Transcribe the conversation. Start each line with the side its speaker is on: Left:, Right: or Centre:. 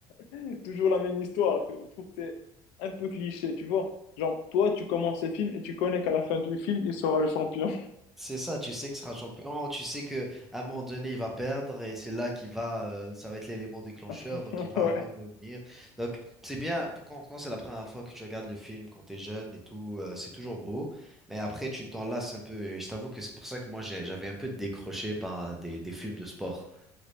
Left: <laughs> Toujours la même histoire. Je trouve que c'est un peu cliché, tu vois. Genre, toi, tu commences le film et tu connais qu'à la fin du film, il sera le champion.
Centre: C'est ça, tu sais que sera champion, tu sais que à un moment donné, il va perdre et c'est là qu'il va, euh, ça va être l'élément déclencheur,
Left: <laughs>
Centre: donc il va
Left: Ouais.
Centre: re- revenir. Donc c'est bien quand, quand c'est la première fois que tu regardes le film, quand t'es jeune et tout, euh, c'est toujours beau, mais après tu t'en lasses un peu. Et je t'avoue que c'est pour ça que moi j'ai- j'avais un peu décroché par des des films de sport.